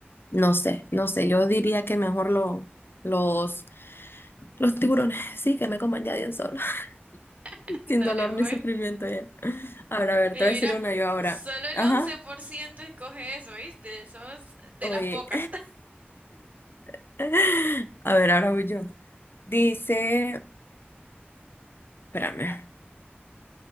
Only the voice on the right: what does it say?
<laughs>
Dale,
pues.
Y
mira,
solo el
once por ciento escoge eso, ¿viste? Sos de
las pocas. <laughs>